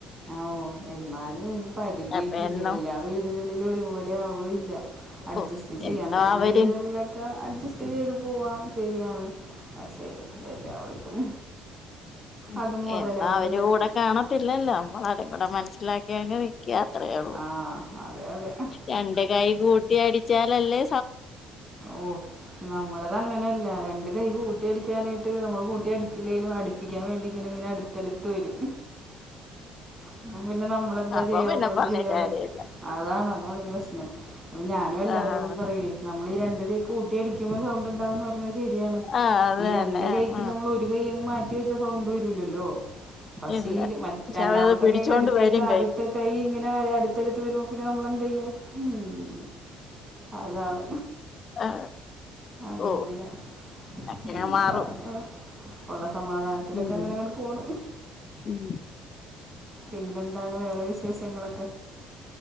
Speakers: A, on the right (about 30°); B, on the left (about 45°).
A: ആഹ് ഓഹ് എന്നാലും അയിന് പരിധിയൊക്കെ
B: അപ്പൊ
A: ഇല്ലേ
B: എന്നും
A: എല്ലാ വീടുകളിലും ഒരുപോലെ ആവുവോ അഡ്ജസ്റ്റ്
B: ഓ
A: ചെയ്യാൻ
B: എന്നും
A: പറ്റുന്ന
B: അവര്
A: വീടുകളിലൊക്കെ അഡ്ജസ് റ്റ് ചെയ്ത് പോവാം ശരിയാണ് പക്ഷെ എല്ലായിടത്തും
B: ഉം
A: അത് മുതലാവില്ല
B: എന്നു അവരു കൂടെ കാണത്തില്ലല്ലോ നമ്മൾ അത് കൂടെ മനസ്സിലാക്കിയങ് നിക്ക അത്രേള്ളൂ
A: ആ ആ അതെ അതെ
B: രണ്ട് കൈ കൂട്ടിയടിച്ചാലല്ലേ
A: ഓഹ് നമ്മളത് അങ്ങനെയല്ല രണ്ട് കൈ കൂ ട്ടിയടിക്കാനയിട്ട് നമ്മൾ കൂട്ടിയടിച്ചില്ലെലും അടുപ്പിക്കാൻ വേണ്ടി ഇങ്ങന ഇങ്ങനെ അടി ത്തെടുത്ത് വരും അപ്പ പിന്നെ നമ്മളെന്താ
B: അപ്പൊ
A: ചെയ്യ
B: പിന്നെ
A: നമ്മുക്ക് ഒന്നും
B: പറഞ്ഞിട്ട്
A: ചെയ്യാൻ
B: കാര്യമില്ല
A: പറ്റ അതാണ് അതാണ് പ്രശ്നം അപ്പോ ഞാനും എല്ലാരോടും
B: ആഹ്
A: പറയെ നമ്മൾ ഈ രണ്ട് കൈ കൂട്ടിയടിക്കുമ്പോ സൗണ്ട്ണ്ടാവുന്ന് പറഞ്ഞ ശരിയാണ്
B: ആ അത്
A: ഈ രണ്ട്
B: തന്നെ
A: കൈക്ക്
B: ആ ആ
A: നമ്മൾ ഒരു കൈയങ്ങ് മാറ്റി വെച്ച സൗണ്ട് വരൂലല്ലോ പക്ഷെ
B: ഇല്ല
A: ഈ മറ്റ
B: പക്ഷെ
A: രണ്ടാമത്തെ
B: അവരത് പിടിച്ചോണ്ട്
A: കൈയുടെ അടുത്തേക്ക്
B: വരും
A: ആദ്യത്തെ കൈ ഇങ്ങനെ അടുത്തടുത്ത് വരു മ്പ പിന്നെ നമ്മളെന്തേയ്യാ ഉം അതാണ്
B: ആ
A: അങ്ങനെ
B: ഓ അങ്ങനെ
A: പിന്നെ
B: മാറും
A: പറ ഉള്ള സമാധാനത്തിലൊക്കെ
B: ഉം
A: അങ്ങനെ അങ്ങോട്ട് പോണു
B: ഉം
A: പിന്നെന്താണ് വേറെ വിശേഷങ്ങളൊ